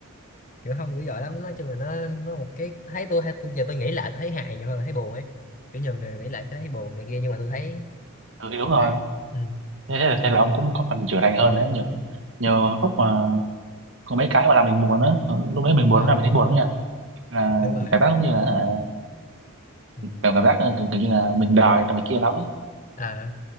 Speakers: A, on the left (about 40°); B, on the right (about 60°).
A: kiểu không dữ dội lắm nói chung là nó nó một cái thấy tôi hay tôi giờ tôi nghĩ lại thấy hài nhiều hơn là thấy buồn ấy kiểu nhiều người nghĩ lại tôi thấy buồn này kia nhưng mà tôi thấy
B: ừ, thì đúng rồi
A: hay ừ.
B: thế, thế là, thế là ông cũng có phần trưởng thành hơn đấy nhiều nhiều lúc mà có mấy cái mà làm mình buồn á lúc đấy mình buồn
A: ờ,
B: lúc nào mình thấy buồn lắm nha à,
A: đúng rồi
B: cảm giác giống như là à,
A: ừ.
B: cảm cảm giác là kiểu, kiểu như là mình đòi là mày kia lắm ấy
A: à